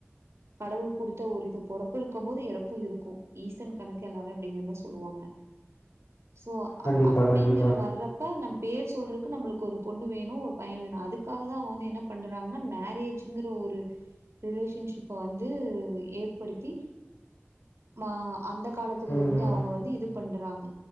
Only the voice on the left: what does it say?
கண்டிப்பா,
கண்டிப்பா.
ம்.